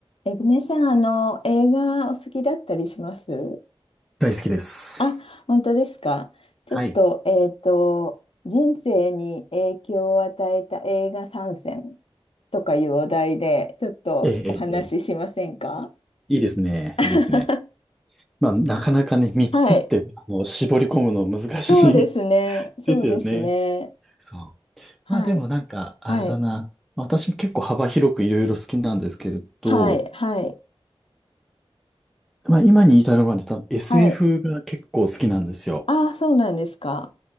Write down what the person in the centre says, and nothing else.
大好きです。
はい。
ええ、ええ、ええいいですね。
いいですね。まあ、なかなかね、3つって、
あの、絞り込むの難しい
<laughs>
ですよね。そう。
まあ、でもなんか、あれだな。
まあ私も結構幅広くいろいろ好きなんですけれど、
まあ、今に至るまで多分 SF
が結構好きなんですよ。